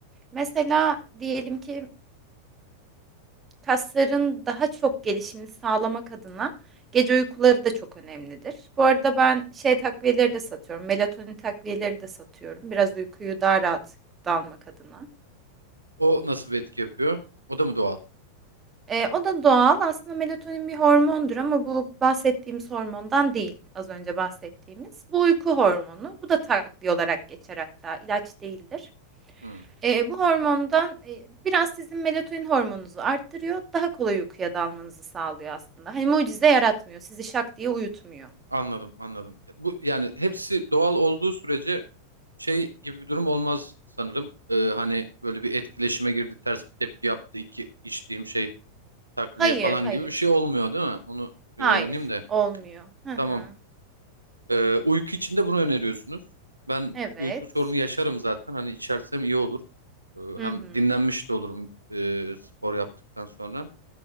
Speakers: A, on the right; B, on the right.
A: mesela diyelim ki, kasların daha çok gelişimini sağlamak adına gece uykuları da çok önemlidir. Bu arada ben şey takviyeleri de satıyorum. Melatonin takviyeleri de satıyorum. Biraz uykuyu daha rahat dalmak adına.
B: O nasıl bir etki yapıyor? O da mı doğal?
A: Ee, o da doğal. Aslında melatonin bir hormondur ama bu bahsettiğimiz hormondan değil. Az önce bahsettiğimiz. Bu uyku hormonu. Bu da takviye olarak geçer hatta. İlaç değildir.
B: Hmm.
A: Ee, bu hormondan e, biraz sizin melatonin hormonunuzu arttırıyor. Daha kolay uykuya dalmanızı sağlıyor aslında. Hani mucize yaratmıyor. Sizi şak diye uyutmuyor.
B: Anladım, anladım. Ya Bu yani hepsi doğal olduğu sürece şey gibi bir durum olmaz sanırım. Ee, hani böyle bir etkileşime girdi, ters bir tepki yaptı, iki içtiğim şey takviye
A: Hayır,
B: falan
A: hayır.
B: gibi bir şey olmuyor değil mi? Onu bir
A: Hayır,
B: öğreneyim de.
A: olmuyor. Hı hı.
B: Tamam. Ee, uyku için de bunu öneriyorsunuz. Ben
A: Evet.
B: uyku sorunu yaşarım zaten. Hani içersem iyi olur. Ee,
A: Hı
B: hem
A: hı.
B: dinlenmiş de olurum e, spor yaptıktan sonra.